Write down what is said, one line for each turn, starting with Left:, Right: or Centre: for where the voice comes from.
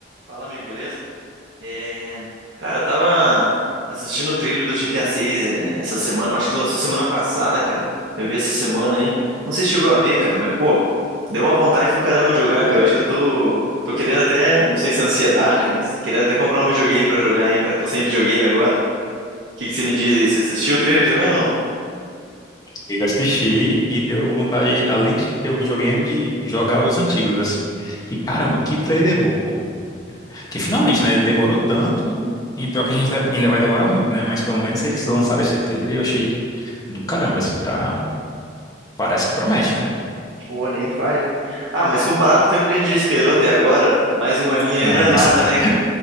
Right: Fala, amigo, beleza? É, Cara, eu tava assistindo o trailer do GTA 6 essa semana. Eu acho que lançou semana passada, cara. Eu vi essa semana aí. Não sei se chegou a ver, cara, mas, pô, deu uma vontade do caramba de jogar, cara. Eu acho que eu tô. Tô querendo até. Não sei se é ansiedade, mas querendo até comprar um videogame pra jogar aí, cara. Tô sem videogame agora. O que que você me diz aí? Você assistiu o trailer também ou não?
Left: Eu assisti e deu vontade, além de ter o videogame, de jogar os antigos, assim. Que caramba, que trailer bom, pô. Que finalmente, né? Demorou tanto. E pior que a gente ainda vai demorar muito, né? Mas pelo menos eles lançaram esse trailer e eu achei do caramba, assim, tá? Parece que promete, né?
Right: Pô, nem me fale. Ah, mas comparado ao tempo que a gente já esperou até agora, mais um aninho aí
Left: Né,
Right: não é nada,
Left: isso. <laughs>
Right: né?